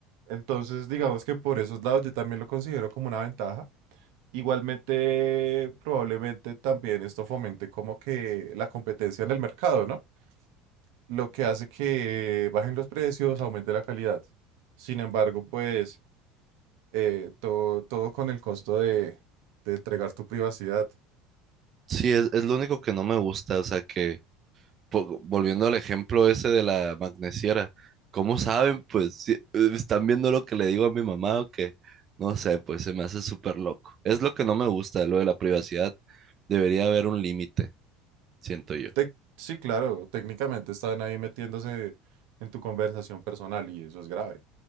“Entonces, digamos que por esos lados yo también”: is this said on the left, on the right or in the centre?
Right